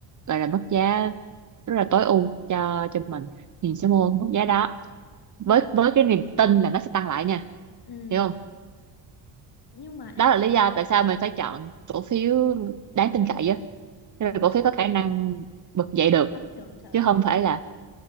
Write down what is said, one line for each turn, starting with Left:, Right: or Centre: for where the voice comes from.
Right: gọi là mức giá rất là tối ưu cho cho mình thì mình sẽ mua mức giá đó với
Left: Ừ.
Right: với cái niềm tin là nó sẽ tăng lại nha
Left: Ừ.
Right: hiểu không
Left: Nhưng mà em
Right: đó là
Left: thấy
Right: lý do tại sao mình phải chọn cổ phiếu đáng tin cậy á
Left: ờ,
Right: Tức là cổ phiếu có khả năng bật dậy được
Left: tăng trưởng trở
Right: chứ
Left: lại.
Right: không phải là